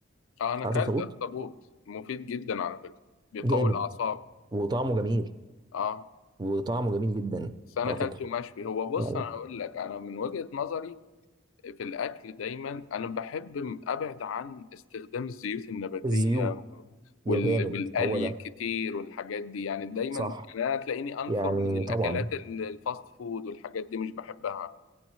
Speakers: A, on the left; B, on the right.
A: اه انا
B: عارف
A: اكلت
B: اخطبوط
A: اخطبوط مفيد جدا على فكره بيقوي
B: جامد
A: الاعصاب
B: وطعمه جميل
A: اه
B: وطعمه جميل جدا
A: بس انا
B: على
A: اكلته
B: فكره
A: مشوي هو بص
B: يعني
A: انا اقول لك انا من وجهه نظري في الاكل دايما انا بحب م- ابعد عن استخدام الزيوت النباتيه
B: الزيوت
A: و- وال-
B: يا جامد
A: والقلي
B: هو ده
A: الكتير والحاجات دي يعني دايما
B: صح
A: يعني انا تلاقيني انفر
B: يعني
A: من الاكلات
B: طبعا
A: ال- الفاست فود والحاجات دي مش بحبها